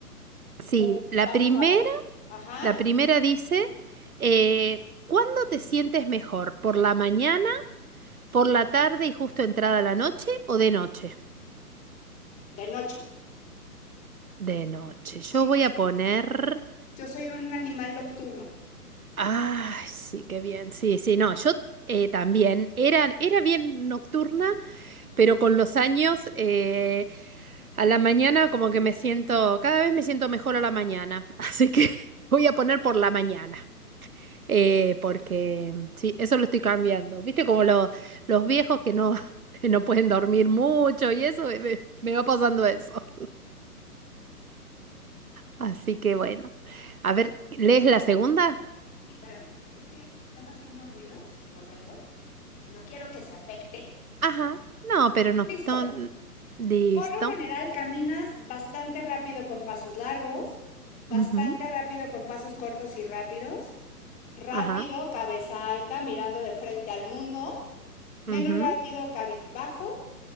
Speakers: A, on the right (about 65°); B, on the left (about 15°).
A: sí,
B: Oye,
A: la
B: vamos
A: primera,
B: a ver. Ajá.
A: la primera dice, eh, ¿cuándo te sientes mejor? ¿Por la mañana, por la tarde y justo entrada la noche o de noche?
B: De noche.
A: De noche. Yo
B: Sí,
A: voy
B: sí.
A: a poner
B: Yo soy un animal nocturno.
A: Ay, sí, qué bien. Sí, sí, no, yo eh, también era, era bien nocturna, pero con los años eh, a la mañana como que me siento, cada vez me siento mejor a la mañana, <laughs> así que voy a poner por la mañana, eh, porque mm, sí, eso lo estoy cambiando. Viste como lo- los viejos que no, <laughs> que no pueden dormir mucho y eso, eh, me, me va pasando eso. Así que bueno, a ver, ¿lees la segunda?
B: Sí, espérame. Es que están haciendo ruidos horrendos y no quiero que se afecte.
A: Ajá, no, pero no,
B: Listo.
A: no, listo.
B: Por lo general caminas bastante rápido con pasos largos, bastante
A: Ujú,
B: rápido con pasos cortos y rápidos, rápido,
A: Ajá.
B: cabeza alta, mirando de frente al mundo, menos
A: ujú.
B: rápido, cabizbajo,